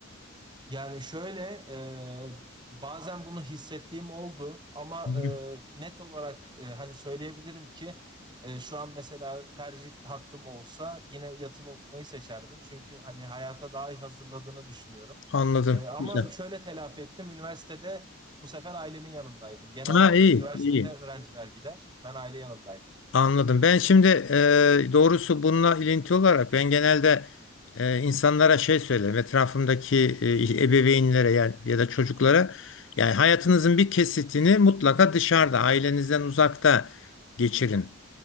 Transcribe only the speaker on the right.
Yani şöyle e, bazen bunu hissettiğim oldu ama
e, net olarak e, hani söyleyebilirim ki e, şu an mesela tercih hakkım olsa yine yatılı okumayı seçerdim. Çünkü hani hayata daha iyi hazırladığını düşünüyorum.
E, ama
şöyle telafi ettim üniversitede bu sefer ailemin yanındaydım. Genelde
üniversitede
öğrenciler gider ben aile yanındaydım.